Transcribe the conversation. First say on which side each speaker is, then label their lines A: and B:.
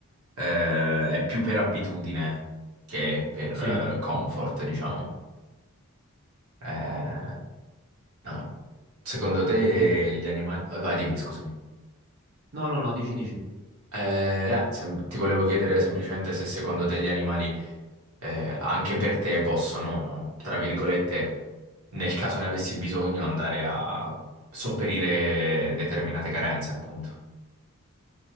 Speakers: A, on the right; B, on the right.
A: eh, è più per abitudine che per
B: Sì.
A: eh, comfort, diciamo. Eh, no. Secondo te
B: E inve-
A: gli animali... oh, vai, dimmi, scusami.
B: No, no, no, dici, dici.
A: Eh, ah, sem- ti volevo chiedere semplicemente se secondo te gli animali eh, anche per te possono, tra virgolette, nel caso ne avessi bisogno, andare a sopperire determinate carenze, appunto.